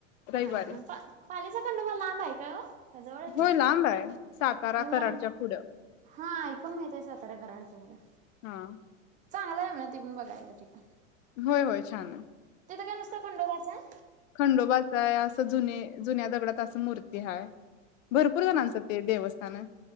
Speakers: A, on the left; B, on the right.
A: रविवारी
B: हा ह पालीचा खंडोबा लांब आहे काय ओ. जवळ आहे
A: होय
B: तुम्हाला
A: लांब आहे सातारा कराडच्या
B: लांब
A: पुढं
B: हा ऐकून माहित आहे साताऱ्याकड आहे ते.
A: हा
B: चांगला आहे म्हणा त पण बघायला ठिकाण
A: होय होय छान आहे
B: तिथं काय नुसतं खंडोबााचं
A: खंडोबाचाय असं जुने जुन्या दगडा मूर्ती ह भरपूर जणांचं ते देवस्थ हा